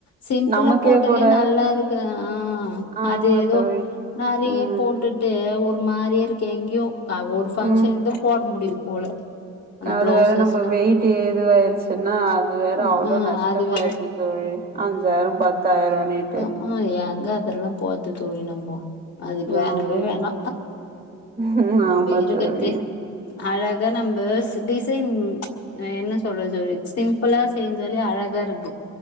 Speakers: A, on the left (about 55°); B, on the right (about 30°).
A: சிம்பிளா
B: நமக்கே
A: போட்டாலே
B: கூட
A: நல்லாருக்கு ஆ
B: ஆமா
A: அது எதோ
B: தோழி
A: நெறைய
B: ம்
A: போட்டுட் டு ஒரு மாரி இருக்கு எங்கேயு அ ஒரு ஃபங்க்ஷன்க்து
B: ம்
A: போட முடியுது போல அந்த
B: அது
A: பிளவுசஸ்லா
B: வேற நம்ப வெயிட் ஏதுவாயிருச்சு ச்சின்னா அது வேற
A: ம்
B: அவ்ளோ
A: ஆ
B: நஷ்டமாயிருது
A: அது வேற
B: தோழி அஞ்சாயிரோ பத்தாயிரோனுட்டு
A: ம் எங்க அதெல்லா போறது தோழி நம்போ அதுக்கு வேணவே
B: ஆமா
A: வேணா
B: ம்
A: நம்ப
B: ஆமா
A: இருக்கத்தே
B: தோழி
A: அழகா நம்ப ஸ் டிசைன் அ என்ன சொல்றது தோழி சிம்ப்ளா செஞ்சாலே அழகா இருக்கு